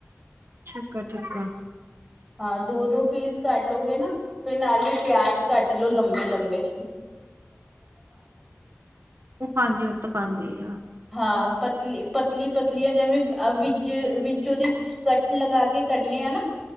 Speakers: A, on the right; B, in the centre.
A: <unintelligible>
B: ਹਾਂ, ਦੋ-ਦੋ ਪੀਸ ਕੱਢ ਲੋਗੇ ਨਾਂ, ਫਿਰ ਨਾਲੀ ਪਿਆਜ ਕੱਟ ਲੋੋ ਲੰਬੇ-ਲੰਬੇ
A: ਓਹ ਹਾਂਜੀ, ਓ ਤ ਪਾਂਦੇ ਹੀ ਆ
B: ਹਾਂ, ਪਤਲੀ-ਪਤਲੀ ਪਤਲੀਆਂ, ਜੇਵੇਂ ਵਿੱਚ-ਵਿੱਚ ਉਦੀ ਕੱਟ ਲਗਾ ਕੇ ਕਰਦੇ ਆ ਨਾ